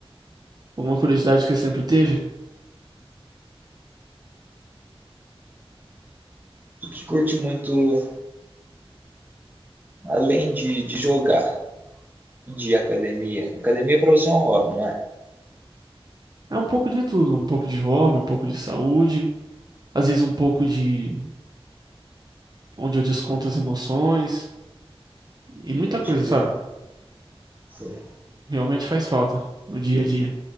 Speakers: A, on the right (about 40°); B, on the right (about 20°).
A: Alguma curiosidade que você sempre teve?
B: Tu que curte muito, além de, de jogar, de academia. Academia para você é um hobby, não é?
A: É um pouco de tudo, um pouco de hobby, um pouco de saúde, às vezes um pouco de onde eu desconto as emoções e muita
B: Pode
A: coisa,
B: crer.
A: sabe?
B: Sim.
A: Realmente faz falta no dia a dia.